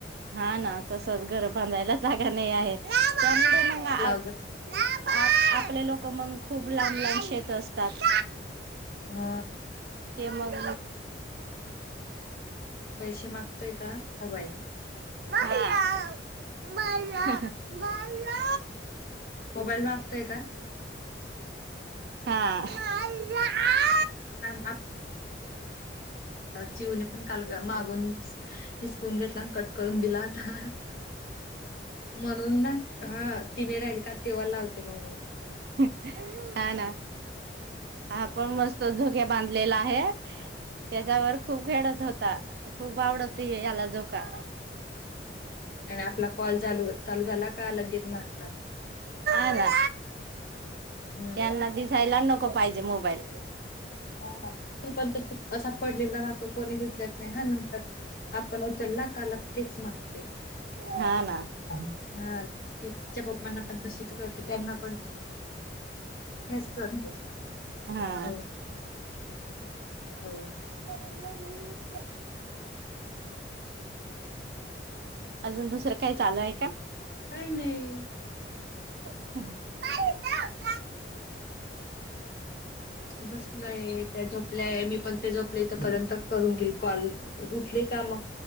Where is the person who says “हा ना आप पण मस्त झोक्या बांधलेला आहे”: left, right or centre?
Right